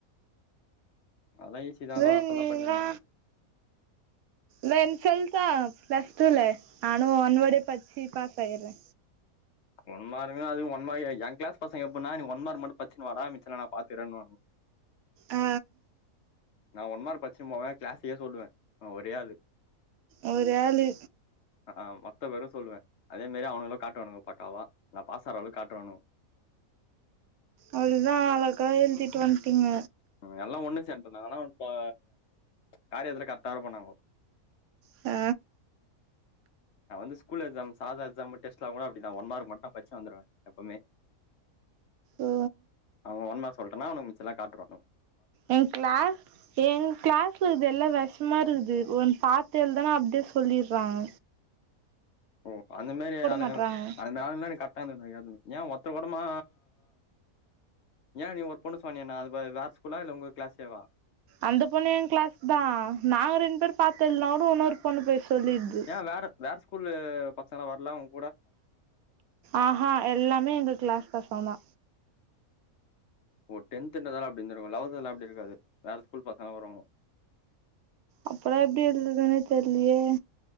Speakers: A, on the left; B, on the right.
A: அதெல்லா ஈஸிதா அதெல்லா
B: ஏ
A: அசால்டா
B: நீ
A: பண்ணிடலா
B: இல்லா வேன் சொல்டா பிளஸ்டூல நானு ஒன் வேடே பச்சி பாஸ் ஆயிட்றே
A: ஒன் மார்க்னா அதுவு ஒன் மார்க் எ ஏ கிளாஸ் பசங்க எப்பிட்னா நீ ஒன் மட்டு பச்சுனு வாடா மிச்சத நா பாத்துக்குரேனுவாங்க
B: ஆ
A: நா ஒன் மார்க் பச்சுனு போனா க்ளாஸுக்கேயே சொல்லுவே நா ஒரே ஆளு
B: எ பெரிய ஆழு
A: ஆ மொத்த பேரு சொல்லுவே அதே மாரி அவனுங்களு காட்டுவானுங்க பக்காவா நா பாஸ் ஆற அளவுக் காட்டுவானுங்க
B: அவ்ளோதா அழகா எழுதிட்டு வந்ட்டீங்க.
A: ம் எல்லா ஒன்னு சேந்ட்டனால ஒன் ப்ப காரியத்துல கரக்டா இருப்போ நாங்கோ
B: ஆ
A: நா வந்து ஸ்கூல் எக்ஸாம் சாதா எக்ஸாம் டெஸ்ட்லா கூட அப்படிதா ஒன் மார்க் மட்டு படிச்சு வந்துருவே எப்பமே
B: ஓ
A: அவ ஒன் மார்க் சொல்டனா அவனுக் மிச்சல்லா காட்டுறுவாங்க.
B: எங் கிளாஸ் எங் கிளாஸ்ல இருக்கறது எல்லா வெஷமா இரு க்குது ஒன் பாத்து எழுதானா அப்டே சொல்லிடுறாங்
A: ஓ அந்த மேரி ஆளுங்களா
B: மாட்றாங்க
A: அந்த ஆள்தா எனக் கரெக்ட் டா <unintelligible> ஏ ஒர்த்தர் கொடமா யா நீ ஒரு பொண்ணு சொன்னியே நா அது வே வேற ஸ்கூலா இல்ல உங்க கிளாஸ்ஸேவா
B: அந்த பொண்ணு என் கிளாஸ்தா நாங்க ரெண்டு பேர் பாத்து எழுதானா ஓடோ இன்னோரு பொண்ணு போய் சொல்லிடுது
A: யா வேற வேற ஸ்கூலு பசங்கலா வர்ல உங்
B: ஆஹா எல்லாமே எங்க கிளாஸ் பசங்கதா
A: ஓ டென்த்துன்றதால அப்டி இருந்திருக்கு லெவல்த்ல அப்டி இருக்காது வேற ஸ்கூல் பசங்க வருவாங்கோ
B: அப்பலா எப்டி எழுததுனே தெர்லியே